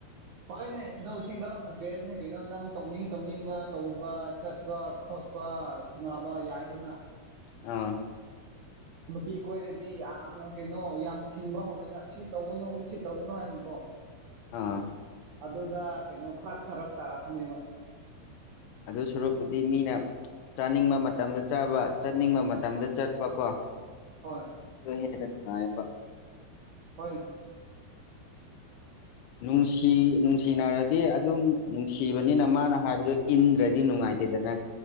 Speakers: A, on the right; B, on the left.
A: ꯍꯣꯏꯅꯦ ꯑꯗꯣ ꯁꯤꯡꯗꯥꯎꯅ ꯕꯦꯁꯅꯦ ꯀꯩꯅꯣ ꯅꯪ ꯇꯧꯅꯤꯡ ꯇꯧꯅꯤꯡꯕ ꯇꯧꯕ ꯆꯠꯄ ꯈꯣꯠꯄ ꯄ ꯁꯥꯟꯅꯕ ꯌꯥꯏꯗꯅ
B: ꯑꯥ
A: ꯅꯨꯄꯤ ꯀꯣꯏꯔꯗꯤ ꯌꯥꯝꯅ ꯀꯩꯅꯣ ꯌꯥꯝ ꯊꯤꯡꯕ ꯍꯧꯔꯣꯏꯅ ꯑꯁꯤ ꯇꯧꯒꯅꯨ ꯑꯁꯤ ꯇꯧꯒꯅꯨ ꯍꯥꯏꯅꯀꯣ
B: ꯑꯥ
A: ꯑꯗꯨꯗ ꯀꯩꯅꯣ ꯐ꯭ꯔꯛ ꯁꯔꯛ ꯇꯥꯔꯛꯀꯅꯦꯕ
B: ꯑꯗꯨ ꯁꯣꯔꯨꯄꯨꯗꯤ ꯃꯤꯅ ꯆꯥꯅꯤꯡꯕ ꯃꯇꯝꯗ ꯆꯥꯕ ꯆꯠꯅꯤꯡꯕ ꯃꯇꯝꯗ ꯆꯠꯄ ꯀꯣ
A: ꯍꯣꯏ
B: <inaudible>
A: ꯍꯣꯏ
B: ꯅꯨꯡꯁꯤ ꯅꯨꯡꯁꯤꯅꯔꯗꯤ ꯑꯗꯨꯝ ꯅꯨꯡꯁꯤꯕꯅꯤꯅ ꯃꯥꯅ ꯍꯥꯏꯕꯗꯨꯣ ꯏꯟꯗ꯭ꯔꯗꯤ ꯅꯨꯡꯉꯥꯏꯇꯦꯗꯅ